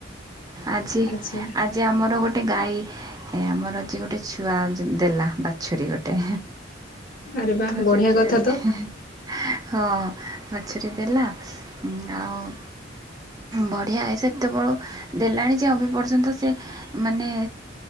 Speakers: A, on the right; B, on the left.
A: ଆଜି
B: ଆଚ୍ଛା
A: ଆଜି ଆମର ଗୋଟେ ଗାଈ ଆମର ଆଜି ଗୋଟେ ଛୁ ଛୁଆ ଦେଲା ବାଛୁରୀ ଗୋଟେ
B: ଆରେ ବା
A: ତ
B: ବଢିଆ
A: ସେଥିପାଇଁ
B: କଥା ତ
A: ହଁ ବାଛୁରୀ ଦେଲା ଆଉ ବଢ଼ିଆ ଏ ସେ ଏତେବେଳୁ ଦେଲାଣି ଯେ ଅବି ପର୍ଯ୍ୟନ୍ତ ସେ ମାନେ